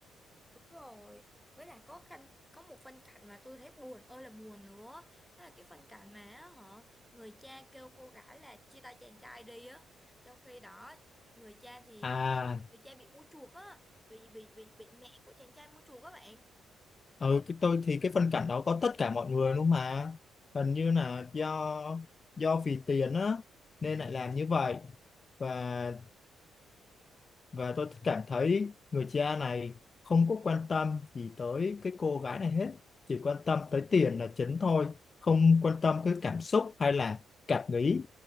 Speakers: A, in the centre; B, on the left.
A: Đúng rồi. Với lại có khăn có một phân cảnh mà tôi thấy buồn ơi là buồn nữa. Đó là cái phân cảnh mà á, họ người cha kêu cô gái là chia tay chàng trai đi á. Trong khi đó người cha thì
B: à
A: người cha bị mua chuộc á, bị bị bị bị mẹ của chàng trai mua chuộc các bạn.
B: ừ cái tôi thì cái phân cảnh đó có tất cả mọi người luôn mà hình như là do do vì tiền á nên lại làm như vậy và và tôi cảm thấy người cha này không có quan tâm gì tới cái cô gái này hết chỉ quan tâm tới tiền là chính thôi không quan tâm cái cảm xúc hay là cảm nghĩ